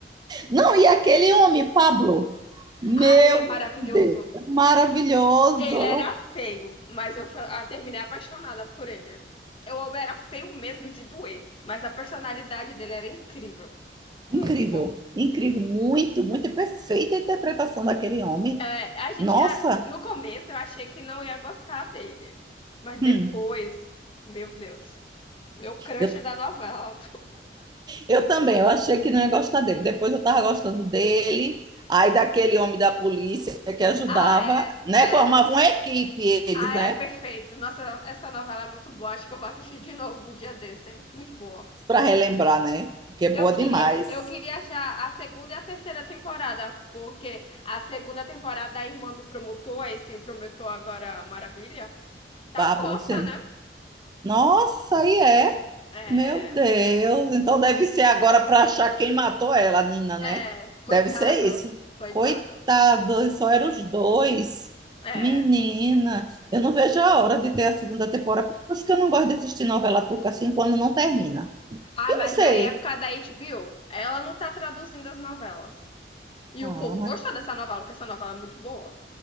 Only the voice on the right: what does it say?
Não, e aquele homem, Pablo, meu
Deus, é maravilhoso,
eu-
incrível,
incrível, muito, muito perfeita a interpretação daquele homem.
Nossa,
Hum,
eu,
eu também, eu achei que não ia gostar dele. Depois eu estava gostando dele, aí daquele homem da polícia que ajudava,
né?
Formava uma equipe eles,
né?
Para relembrar, né? Porque é
boa
demais.
Pablo,
sim.
Nossa, aí é.
Meu Deus, então deve ser agora para achar quem matou ela, a Nina,
né?
Deve ser isso.
Coitado, só eram os dois.
Menina, eu não vejo a hora de ter a segunda temporada. Por isso que eu não gosto de assistir novela turca assim quando não termina.
Porque eu
não sei.
Ah,